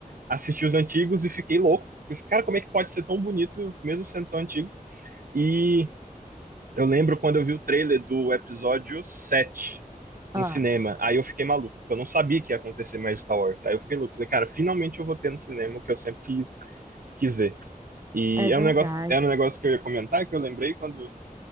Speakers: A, on the right; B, on the right.
A: Assisti os antigos e fiquei louco. Eu fiquei, Cara, como é que pode ser tão bonito, mesmo sendo tão antigo? E eu lembro quando eu vi o trailer do episódio 7
B: Ah,
A: no cinema. Aí eu fiquei maluco, porque eu não sabia que ia acontecer mais Star Wars. Aí eu fiquei louco, falei, cara, finalmente eu vou ter no cinema o que eu sempre quis, quis ver. E
B: é verdade.
A: é um negócio, era um negócio que eu ia comentar, que eu lembrei quando